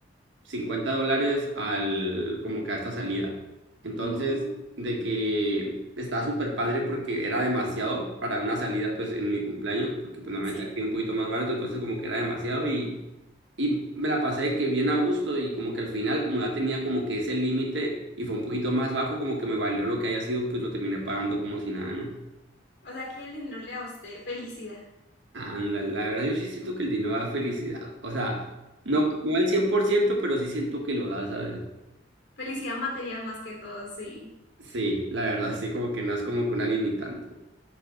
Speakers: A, on the right; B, on the left.
A: 50 dólares al, como que a esta salida. Entonces,
B: Mm,
A: de que estaba súper padre porque era demasiado para una salida, pues en mi cumpleaños, porque pues normalmente
B: sí.
A: aquí es un poquito más barato, entonces como que era demasiado y, y me la pasé de que bien a gusto y como que al final, como ya tenía como que ese límite y fue un poquito más bajo, como que me valió lo que haya sido, pues lo terminé pagando como si nada, ¿no?
B: O sea que el dinero le da a usted felicidad.
A: Ándale, la verdad yo sí siento que el dinero da felicidad, o sea, no, no al 100% pero sí siento que lo da, ¿sabes?
B: Felicidad material más que todo, sí.
A: Sí, la verdad, sí, como que no es como que una limitante.